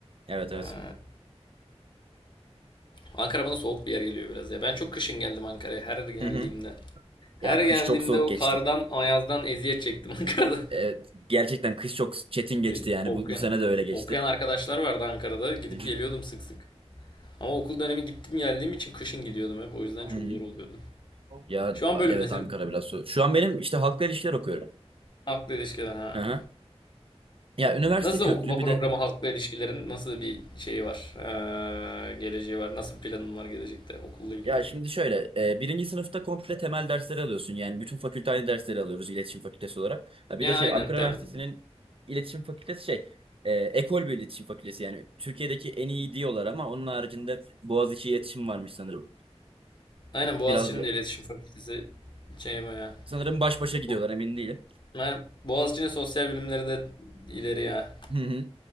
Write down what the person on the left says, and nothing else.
Ha.
Ankara bana soğuk bir yer geliyor biraz ya. Ben çok kışın geldim Ankara'ya her geldiğimde.
Her
geldiğimde
o
kardan, ayazdan eziyet çektim <laughs> Ankara'da.
Bir
okuyan,
okuyan arkadaşlar vardı Ankara'da. Gidip
geliyordum sık sık. Ama okul dönemi gittim geldiğim için kışın gidiyordum hep. O yüzden çok
zor oluyordu.
Şu an
bölüm
ne senin?
Halkla ilişkiler ha.
Nasıl
okuma
programı
halkla ilişkilerin nasıl bir şeyi var? Ee, geleceği var. Nasıl planın var gelecekte okulla ilgili?
Ya
aynen.
Tem
aynen Boğaziçi'nin
de iletişim fakültesi şey baya.
Bu-
Aynen. Boğaziçi'nin sosyal bilimleri de ileri ya.